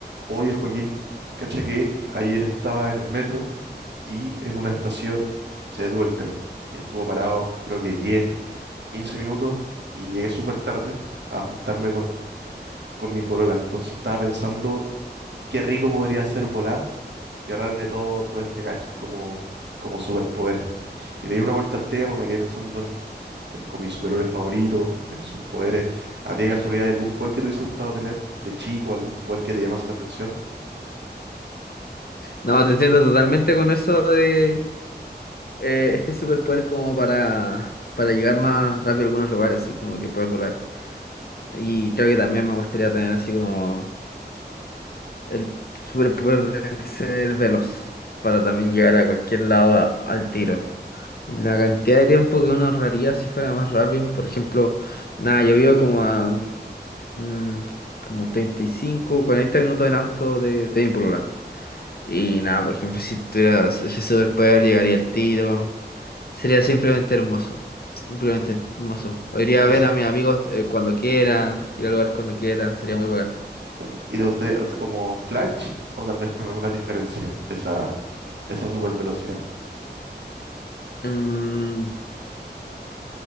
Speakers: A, on the right (about 80°); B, on the left (about 60°).
A: Oye, Joaquín, cacha que ayer estaba en el metro y en una estación se detuvo el tren y estuvo parado creo que 10, 15 minutos y llegué súper tarde a juntarme con, con mi polola. Entonces estaba pensando qué rico podría ser volar y ahorrarme todo, todo este cacho como, como superpoder. Y le di una vuelta al tema, me quedé pensando en, en con mis superhéroes favoritos, en sus poderes. ¿A ti de casualidad hay algún poder que te hubiese gustado tener de chico, algún poder que te llamase la atención?
B: No, te entiendo totalmente con eso de eh, este superpoder como para, para llegar más rápido a algunos lugares, así como que poder volar. Y creo que también me gustaría tener así como el superpoder de ser veloz, para también llegar a cualquier lado a- al tiro. La cantidad de tiempo que uno ahorraría si fuera más rápido, por ejemplo, nada, yo vivo como a mm, como 35 40 minutos en auto de, de mi polola. Y nada, por ejemplo, si tuviera ese superpoder llegaría al tiro. Sería simplemente hermoso. Simplemente hermoso. O iría a
A: Así
B: ver a mis amigos eh, cuando quiera, ir a lugares cuando quiera, sería muy bacán.
A: tam- y de ustedes o como Flash o tal vez con alguna diferencia esa, esa super velocidad.
B: Mm,